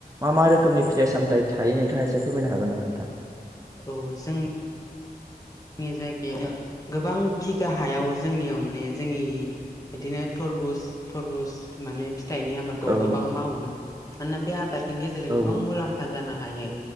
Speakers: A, on the right; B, on the left.
A: मा मा रोखोमनि फिथाइ सामथाइ थायो नोंथांङा एसे फोरमायनो हागोन नामा नोंथां?
B: औ जों नि जायगायाव गोबां बिगा हायाव जोंनियाव माने जोंनि बिदिनो थर थरबुज थरबुज माने थाइनि आबादखौ
A: औ
B: गोबां मावोना मानोना बे आबादनि गेजेरजों
A: औ
B: गोबां मुलाम्फा जाना हायो